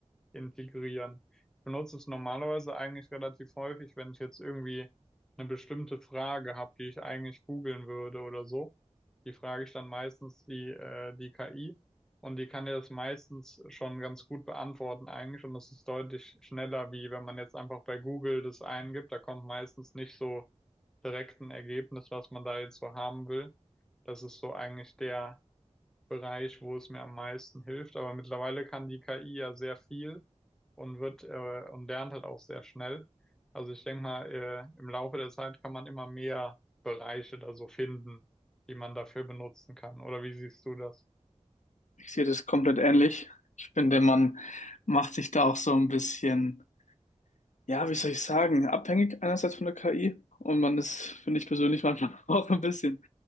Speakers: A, in the centre; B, on the left.
A: integrieren. Ich benutze es normalerweise eigentlich relativ häufig, wenn ich jetzt irgendwie eine bestimmte Frage habe, die ich eigentlich googeln würde oder so. Die frage ich dann meistens die, äh, die KI und die kann dir das meistens schon ganz gut beantworten eigentlich und das ist deutlich schneller, wie wenn man jetzt einfach bei Google das eingibt. Da kommt meistens nicht so direkt ein Ergebnis, was man da jetzt so haben will. Das ist so eigentlich der Bereich, wo es mir am meisten hilft. Aber mittlerweile kann die KI ja sehr viel und wird äh, und lernt halt auch sehr schnell. Also ich denke mal, äh, im Laufe der Zeit kann man immer mehr Bereiche da so finden, die man dafür benutzen kann. Oder wie siehst du das?
B: Ich sehe das komplett ähnlich. Ich finde, man macht sich da auch so ein bisschen, ja, wie soll ich sagen, abhängig einerseits von der KI und man ist, finde ich persönlich, manchmal <laughs> auch ein bisschen